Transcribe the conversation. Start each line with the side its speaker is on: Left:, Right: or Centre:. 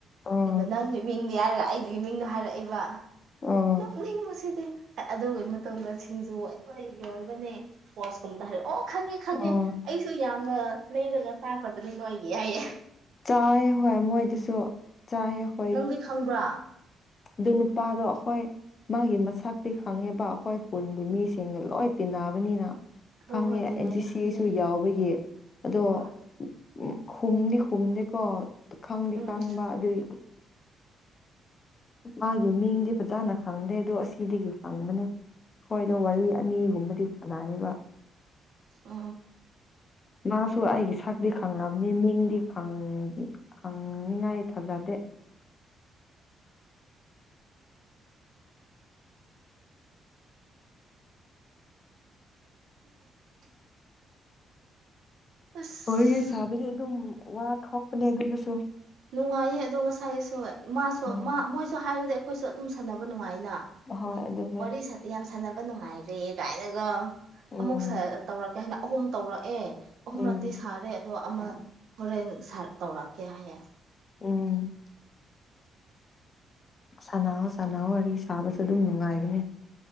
Left: ꯎꯝ
Right: ꯑꯗꯣ ꯅꯪꯒꯤ ꯃꯤꯡ ꯌꯥꯔꯒ ꯑꯩꯒꯤ ꯃꯤꯡꯗꯣ ꯍꯥꯏꯔꯛꯏꯕ
Left: ꯎꯝ
Right: ꯄꯨꯅꯤꯡꯕꯁꯤꯗꯤ ꯑꯗꯨꯒꯤ ꯃꯇꯝꯗ ꯁꯤꯡꯖꯨ ꯑꯩꯈꯣꯏ ꯌꯣꯟꯕꯅꯦ ꯏꯁꯄꯣꯔꯠꯁ ꯀꯨꯝꯕꯗ ꯍꯥꯏꯔꯦ ꯑꯣ ꯈꯪꯉꯦ ꯈꯪꯉꯦ
Left: ꯎꯝ
Right: ꯑꯩꯁꯨ ꯌꯥꯝꯅ ꯂꯩꯔꯒ ꯆꯥꯈ꯭ꯔꯕꯅꯤ ꯅꯣꯏꯒꯤ ꯍꯥꯏꯌꯦ
Left: ꯆꯥꯏꯌꯦ ꯍꯣꯏ ꯃꯣꯏꯗꯁꯨ ꯆꯥꯏꯌꫭ
Right: ꯅꯪꯗꯤ ꯈꯪꯕ꯭ꯔꯥ
Left: ꯑꯗꯨ ꯅꯨꯄꯥꯗꯣ ꯑꯩꯈꯣꯏ ꯃꯥꯒꯤ ꯃꯁꯛꯇꯤ ꯈꯪꯉꯦꯕ ꯑꯩꯈꯣꯏ ꯈꯨꯟꯒꯤ
Right: ꯎꯝ
Left: ꯃꯤꯁꯤꯡꯒ ꯂꯣꯏ ꯇꯤꯟꯅꯕꯅꯤꯅ
Right: ꯍꯣꯏ
Left: ꯈꯪꯉꯦ
Right: ꯍꯣꯏ ꯇꯤꯅꯥꯏ
Left: ꯑꯦꯟꯁꯤꯁꯤ
Right: ꯍꯥꯏꯌꯦ
Left: ꯁꯨ ꯌꯥꯎꯕꯒꯤ ꯑꯗꯣ
Right: ꯍꯣꯏ
Left: ꯎꯝ ꯈꯨꯝꯗꯤ ꯈꯨꯝꯗꯦꯀꯣ ꯈꯪꯗꯤ
Right: ꯎꯝ
Left: ꯈꯪꯕ
Right: ꯎꯝ
Left: ꯑꯗꯨꯏ ꯃꯥꯒꯤ ꯃꯤꯡꯗꯤ ꯐꯖꯅ ꯈꯪꯗꯦ ꯑꯗꯨ ꯑꯁꯤꯗꯒꯤ ꯈꯪꯕꯅꯦ ꯍꯣꯏꯗ
Right: ꯎꯝ
Left: ꯋꯥꯔꯤ ꯑꯅꯤꯒꯨꯝꯕꯗꯤ ꯁꯥꯟꯅꯌꯦꯕ
Right: ꯑꯥ
Left: ꯃꯥꯁꯨ ꯑꯩꯒꯤ ꯁꯛꯇꯤ ꯈꯪꯔꯝꯅꯤ ꯃꯤꯡꯗꯤ ꯅꯪ ꯈꯪꯅꯤꯉꯥꯏ ꯊꯥꯖꯗꯦ
Right: <inaudible> ꯑꯁ
Left: ꯋꯥꯔꯤ ꯁꯥꯕꯗꯤ ꯑꯗꯨꯝ ꯋꯥ ꯊꯣꯛꯄꯅꯦ ꯑꯗꯨꯗꯁꯨ
Right: ꯅꯨꯡꯉꯥꯏꯌꯦ ꯑꯗꯣ ꯉꯁꯥꯏꯁꯨ ꯃꯥꯁꯨ
Left: ꯎꯝ
Right: ꯃꯣꯏꯁꯨ ꯍꯥꯏꯔꯗꯤ ꯑꯩꯈꯣꯏꯁꯨ ꯑꯗꯨꯝ ꯁꯥꯟꯅꯕ ꯅꯨꯡꯉꯥꯏꯅ ꯑ <unintelligible>
Left: ꯍꯣꯏ ꯑꯗꯨꯅꯦ
Right: ꯋꯥꯔꯤ ꯌꯥꯝ ꯁꯥꯟꯅꯕ ꯅꯨꯡꯉꯥꯏꯔꯦ ꯀꯥꯏꯅꯒ
Left: ꯎꯝ
Right: ꯑꯃꯨꯛ ꯇꯧꯔꯛꯀꯦ ꯍꯥꯏꯅ ꯑꯍꯨꯝ ꯇꯧꯔꯛꯑꯦ ꯑꯍꯨꯝꯂꯛꯇꯤ
Left: ꯎꯝ
Right: ꯁꯥꯔꯦ ꯑꯗꯣ ꯑꯃ ꯍꯣꯔꯦꯟ ꯇꯧꯔꯛꯀꯦ ꯍꯥꯏꯌꯦ
Left: ꯎꯝ ꯁꯅꯧꯋꫭ ꯁꯅꯧꯋꫭ ꯋꯥꯔꯤ ꯁꯥꯕꯁꯨ ꯑꯗꯨꯝ ꯅꯨꯡꯉꯥꯏꯕꯅꯦ